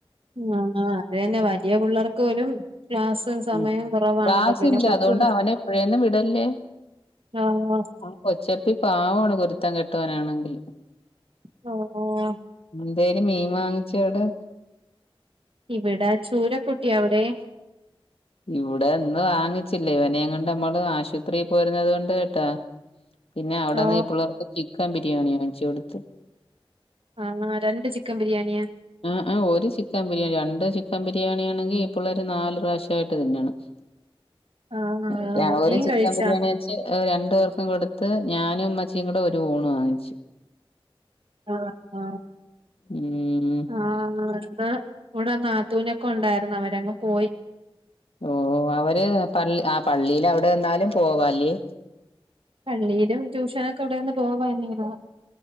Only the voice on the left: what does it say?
ഉം
ക്ലാസ്
ഇല്ല,
അതുകൊണ്ട് അവനെ എപ്പഴേന്നും വിടല്ലേ
ആ കൊച്ചപ്പി പാവമാണ്, കുരുത്തം കെട്ടവാനാണെങ്കിലും.
എന്തേലും മീൻ വാങ്ങിച്ചാ അവിടെ?
ഇവിടെ ഇന്ന് വാങ്ങിച്ചില്ല, ഇവനേം കൊണ്ട് മ്മള് ആശൂത്രീ പോയിരുന്നത് കൊണ്ട് കേട്ടാ പിന്നെ അവിടെന്ന്
ഈ പിള്ളേർക്ക് ചിക്കൻ ബിരിയാണി വാങ്ങിച്ചു കൊടുത്ത്.
ആആ ഒരു ചിക്കൻ ബിരിയാണി. രണ്ട് ചിക്കൻ ബിരിയാണി ആണെങ്കി ഈ പിള്ളേര് നാല് പ്രാവശ്യയിട്ട് തിന്നണം. <inaudible>
ഒരു ചിക്കൻ
ബിരിയാണി വെച്ച് രണ്ടു പേർക്കും കൊടു ത്ത് ഞാനും ഉമ്മച്ചിയും കൂടെ ഒരു ഊണ് വാങ്ങിച്ചു.
ഉം
ഓ അവര് <unintelligible> ആ പള്ളീൽ അവിടെ നിന്നാലും പോവാല്ലേ?